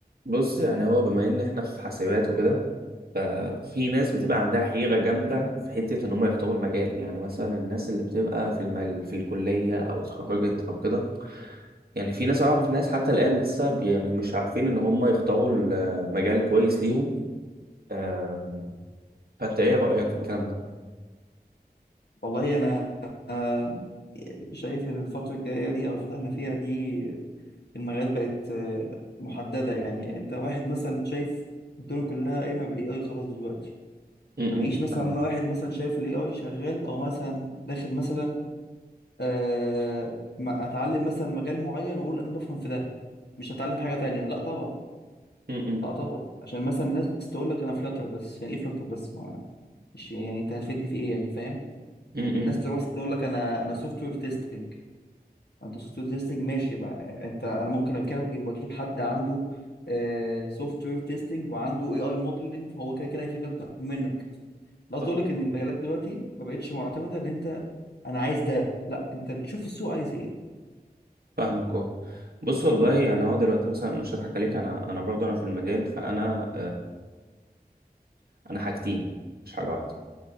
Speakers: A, on the right; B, on the left.
A: بص يعني هو بما ان احنا في حاسبات وكده ففي ناس بتبقى عندها حيرة جامدة في حتة ان هم يختاروا المجال يعني مثلا الناس اللي بتبقى في المل في الكلية او اتخرجت او كده يعني في ناس اعرف ناس حتى الان لسه بي- يعني مش عارفين ان هم يختاروا المجال كويس ليهم آم، فانت ايه رأيك في الكلام ده؟
B: والله انا أنا شايف ان الفتره الجايه دي او الفتره اللي احنا فيها دي المجالات بقت آه، محدده يعني انت واحد مثلا شايف الدنيا كلها قايمه بالاي اي خلاص دلوقتي
A: م-
B: فما
A: م.
B: يجيش مثلا
A: فاهمك
B: انا واحد مثلا شايف الاي اي شغال او مثلا داخل مثلا أه ما- اتعلم مثلا مجال معين واقول انا بفهم في ده مش هتعلم حاجه تانية لا طبعا
A: م-
B: لا طبعا عشان مثلا الناس تقول لك انا فلاتر بس يعني ايه فلاتر بس ما مش يعني انت هتفيدني في ايه يعني فاهم
A: م-
B: الناس تقول تقول لك انا انا سوفت وير تيستنج انت سوفت وير تيستنج ماشي بقى انت انا ممكن اتكلم واجيب حد عنده سوفت وير تيستنج وعنده اي اي موديلنج فهو كده كده هيفيدني اكتر منك أنا قصدي
A: فاهمك
B: اقول لك ان المجالات دلوقتي ما بقتش معتمده ان انت انا عايز ده لا انت بتشوف السوق عايز ايه
A: فاهمك، اه بص والله يعني هو دلوقتي مثلا مش هضحك عليك انا انا برضه انا في المجال فانا انا حاجتين مش حاجه واحده